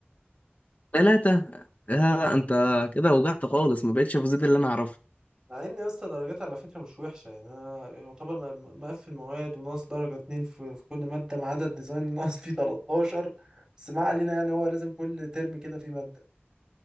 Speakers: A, on the left; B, on the right.
A: تلاتة لا انت كده وجعت خالص ما بقتش في زيد اللي انا اعرفه
B: مع ان يا اسطى درجات على فكره مش وحشه يعني انا يعتبر أنا م- مقفل مواد وناقص درجه اتنين في, في كل ماده ما عدا الديزاين ناقص فيه 13 بس ما علينا يعني هو لازم كل ترم كده في ماده